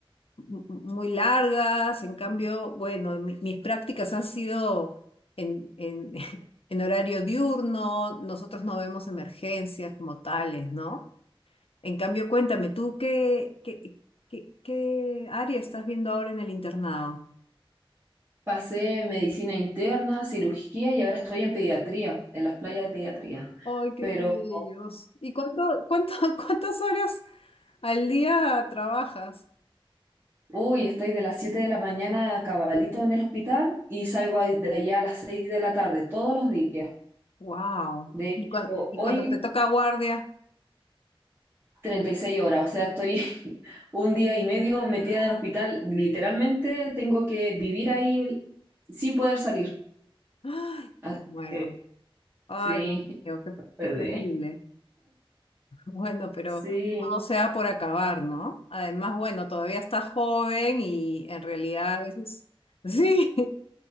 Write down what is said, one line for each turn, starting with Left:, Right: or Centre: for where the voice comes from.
Left: mu- muy largas. En cambio, bueno, mi- mis prácticas han sido en, en, <laughs> en horario diurno, nosotros no vemos emergencias como tales, ¿no? En cambio, cuéntame, ¿tú qué, qué, qué, qué área estás viendo ahora en el internado?
Right: Pasé medicina interna, cirugía y ahora estoy en pediatría, en las playas de pediatría.
Left: ¡Ay, qué
Right: Pero,
Left: bellos! ¿Y cuánto, cuánto, <laughs> cuántas horas al día trabajas?
Right: uy, estoy de las siete de la mañana a cabalito en el hospital y salgo ahí- de allá a las 6 de la tarde todos los días.
Left: ¡Wow!
Right: De hecho,
Left: ¿Y, cuan- y
Right: hoy
Left: cuando te toca guardia?
Right: 36 horas, o sea, estoy <laughs> un día y medio metida en el hospital, literalmente tengo que vivir ahí sin poder salir.
Left: ¡Ay,
Right: Ah,
Left: me muero!
Right: Eh,
Left: ¡Ay,
Right: Sí,
Left: qué,
Right: PD.
Left: qué terrible! Bueno, pero
Right: sí,
Left: no sea por acabar, ¿no? Además, bueno, todavía está joven y en realidad a veces, <laughs> sí,